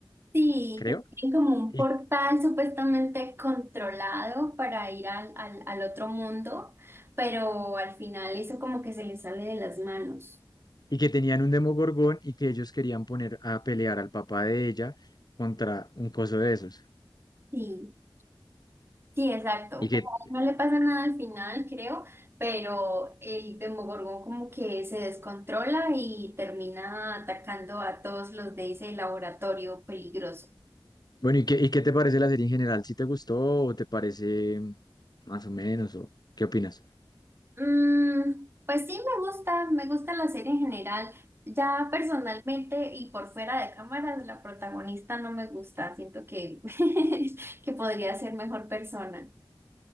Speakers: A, on the right; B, on the left.
A: Sí,
B: creo.
A: que tienen como un
B: Y,
A: portal supuestamente controlado para ir al, al, al otro mundo, pero al final eso como que se les sale de las manos.
B: y que tenían un Demogorgón y que ellos querían poner a pelear al papá de ella contra un coso de esos.
A: Sí. Sí, exacto.
B: Y que,
A: Pues a él no le pasa nada al final, creo, pero el Demogorgón como que se descontrola y termina atacando a todos los de ese laboratorio peligroso.
B: bueno, ¿y qué, y qué te parece la serie en general? ¿Si te gustó o te parece mm, más o menos? ¿O qué opinas?
A: Mm, pues sí, me gusta, me gusta la serie en general. Ya personalmente y por fuera de cámaras, la protagonista no me gusta. Siento que, <laughs> que podría ser mejor persona.